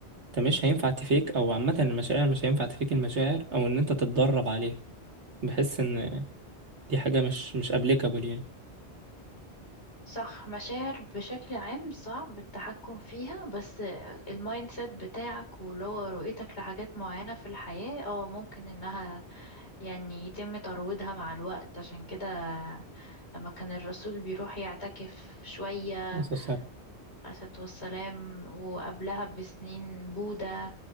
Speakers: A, on the right; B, on the left.
A: انت مش هينفع تفيك او عامه المشاعر مش هينفع تفيك المشاعر او ان انت تتدرب عليها بحس ان دي حاجه مش مش ابليكابل
B: صح مشاعر بشكل عام صعب التحكم فيها بس المايند سيت بتاعك واللي هو رؤيتك لحاجات معينة في الحياة اه ممكن انها يعني يتم ترويضها مع الوقت عشان كده لما كان الرسول بيروح يعتكف شوية
A: يعني
B: الصلاة والسلام وقبلها بسنين بوذا